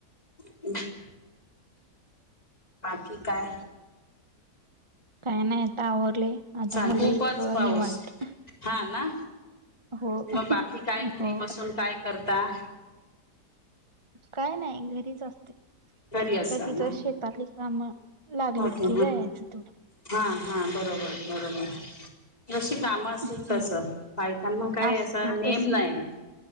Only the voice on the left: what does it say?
<inaudible> बाकी काय
चाल
खूपच
पाऊस
हा ना,
मग बाकी काय घरी
बसून काय करता?
घरी असा
ना
ओके
हा हा बरोबर बरोबर. जशी काम असतील
तस. बायकांना काय
असा नेम
नाही.